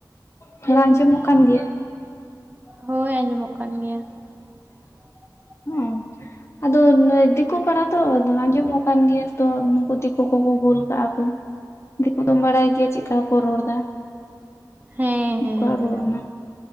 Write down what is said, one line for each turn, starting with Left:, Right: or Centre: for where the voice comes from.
Left: ᱛᱷᱚᱱᱟ ᱟᱸᱡᱚᱢᱚᱜ ᱠᱟᱱ ᱜᱮᱭᱟ?
Right: ᱦᱳᱭ ᱟᱸᱡᱚᱢᱚᱜ ᱠᱟᱱ ᱜᱮᱭᱟ᱾ <inaudible>
Left: ᱦᱮᱸ ᱟᱫᱚ ᱫᱤᱠᱩ ᱯᱟᱲᱟ ᱛᱚ ᱟᱸᱡᱚᱢᱚᱜ ᱠᱟᱱᱟᱱ ᱜᱮᱭᱟ ᱛᱚ ᱱᱩᱠᱩ ᱫᱤᱠᱩ ᱠᱚᱠᱚ ᱜᱳᱞ ᱠᱟᱜ-ᱟ ᱠᱚ᱾ ᱫᱤᱠᱩ ᱫᱚᱢ ᱵᱟᱲᱟᱭ ᱜᱮᱭᱟ ᱪᱮᱫᱠᱟ ᱠᱚ ᱨᱚᱲᱫᱟ᱾
Right: ᱦᱮᱸ
Left: ᱚᱠᱩᱣᱟᱜ
Right: ᱦᱮᱸ
Left: ᱨᱚᱣᱚᱲ
Right: ᱦᱮᱸ
Left: ᱢᱟ